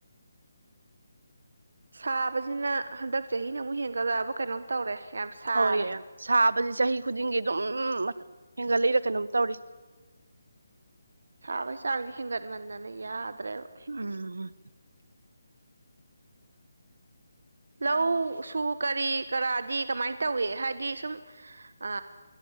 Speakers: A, on the right (about 50°); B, on the right (about 70°).
A: ꯁꯥꯕꯁꯤꯅ ꯍꯟꯗꯛ ꯆꯍꯤꯅ ꯑꯃꯨꯛ ꯍꯦꯟꯒꯠꯂꯛꯑꯕ ꯀꯩꯅꯣꯝ ꯇꯧꯔꯦ ꯌꯥꯝ ꯁꯥꯔꯦ
B: ꯍꯣꯏ ꯌꯥ ꯁꯥꯕꯕꯁꯤ ꯆꯍꯤ ꯈꯨꯗꯤꯡꯒꯤ ꯑꯗꯨꯝ ꯃꯊ ꯍꯦꯟꯒꯠꯂꯛꯏꯔ ꯀꯩꯅꯣꯝ ꯇꯧꯔꯤ
A: ꯁꯥꯕꯒꯤ ꯆꯥꯡꯁꯦ ꯍꯦꯟꯒꯠꯃꯟꯗꯅ ꯌꯥꯗ꯭ꯔꯦꯕ
B: ꯎꯝ
A: ꯂꯧ ꯁꯨ ꯀꯔꯤ ꯀꯔꯥꯗꯤ ꯀꯃꯥꯏꯅ ꯇꯧꯏ ꯍꯥꯏꯗꯤ ꯁꯨꯝ ꯑ